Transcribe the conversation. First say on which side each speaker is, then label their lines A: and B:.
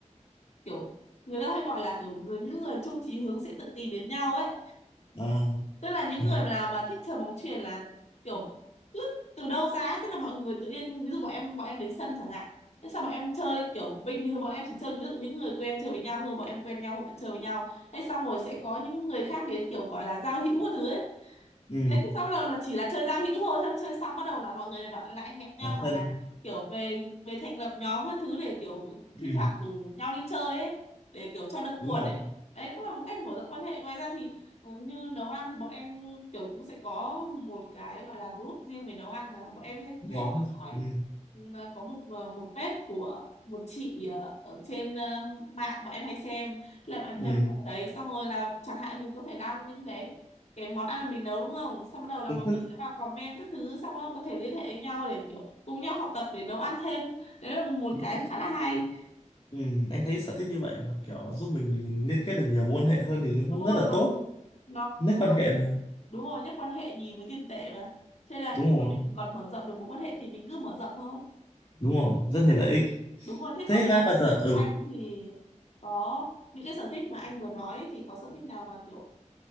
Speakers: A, on the left (about 65°); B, on the left (about 45°).
A: kiểu người ta hay gọi là kiểu người những người chung chí hướng sẽ tự tìm đến nhau ấy
B: à
A: tức là những
B: <laughs>
A: người mà mà thích chơi bóng chuyền là kiểu cứ từ đâu ra ấy, thế là mọi người tự nhiên ví dụ bọn em bọn em đến sân chẳng hạn thế sao bọn em chơi kiểu bình thường bọn em chỉ chơi ví dụ những người quen chơi với nhau thôi bọn em quen nhau thì bọn em chơi với nhau Thế xong rồi sẽ có những người khác đến kiểu gọi là giao hữu các thứ ấy
B: ừ
A: đấy xong bắt đầu là chỉ là chơi giao hữu thôi xong chơi xong bắt đầu là mọi người này bạn lại hẹn nhau
B: làm
A: mà
B: thân
A: là kiểu về về thành lập nhóm các thứ để kiểu thi
B: ừ
A: thoảng rủ nhau đi chơi ấy để kiểu cho đỡ
B: đúng
A: buồn
B: rồi
A: ấy đấy cũng là một cách mở rộng quan hệ ngoài ra thì ờ, như nấu ăn thì bọn em kiểu cũng sẽ có một cái gọi là group riêng về nấu ăn mà bọn em hay
B: nhóm
A: hay theo dõi
B: ừ
A: Ừm, ờ, có một ờ, một page của một chị ờ, ở trên ờ, mạng bọn em hay xem là bọn em theo
B: ừ
A: dõi ở đấy xong rồi là chẳng hạn mình có thể đăng những cái cái món ăn mình nấu đúng không xong bắt đầu là
B: công
A: mọi
B: thức
A: người sẽ vào comment các thứ xong rồi có thể liên hệ với nhau để kiểu cùng nhau học tập để nấu ăn thêm đấy là một
B: đúng
A: cái
B: rồi
A: khá là hay
B: Ừ, em thấy sở thích như vậy mà kiểu giúp mình liên kết được nhiều mối quan hệ hơn thì nó
A: đúng
B: cũng
A: rồi
B: rất là
A: nó,
B: tốt
A: nó,
B: nét
A: nó
B: quan hệ mà
A: đúng rồi nhất quan hệ nhì với tiền tệ mà thế là
B: đúng
A: khi mà
B: rồi
A: mình còn mở rộng được mối quan hệ thì mình cứ mở rộng thôi
B: đúng rồi rất nhiều lợi ích
A: đúng rồi thế
B: thế
A: không biết
B: bác
A: sở
B: bao giờ
A: thích
B: ừ
A: của anh thì có những cái sở thích mà anh vừa nói ấy, thì có sở thích nào mà kiểu